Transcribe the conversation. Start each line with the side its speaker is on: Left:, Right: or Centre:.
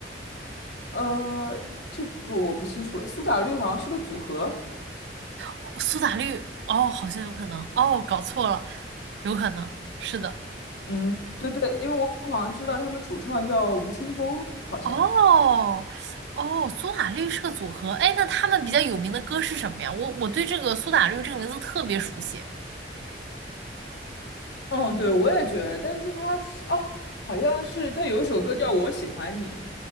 Left: 呃，这个我不清楚，苏打绿好像是个组合，
Right: 哦苏打绿，哦，好像有可能，哦，搞错了，有可能是的。
Left: 嗯，对对，因为我好像知道他们主唱叫吴青峰，好像是，
Right: 哦，哦，苏打绿是个组合，哎，那他们比较有名的歌是什么呀？我我对这个苏打绿这个名字特别熟悉。
Left: 嗯，对，我也觉得，但是他是哦，好像是他有一首歌叫《我喜欢你》，